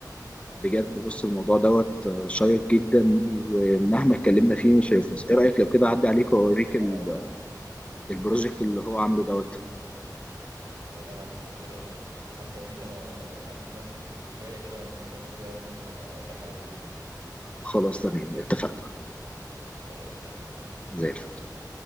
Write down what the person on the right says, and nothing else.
لا لا ولا انا
والله ما عنديش مشكله قشطه حتى اوريك انا عندي كام تريكايه كده وانا بستخدم الاي اي ممكن اقول لك عليهم يعني
خلاص زي الفل
مستنيك